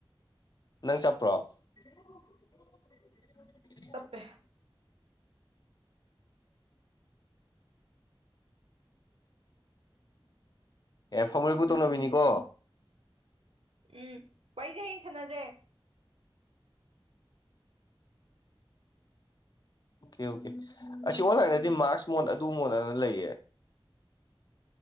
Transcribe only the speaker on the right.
ꯆꯞꯄꯦ
ꯎꯝ ꯋꯥꯔꯤꯖꯦ ꯍꯌꯦꯡ ꯁꯥꯅꯥꯖꯦ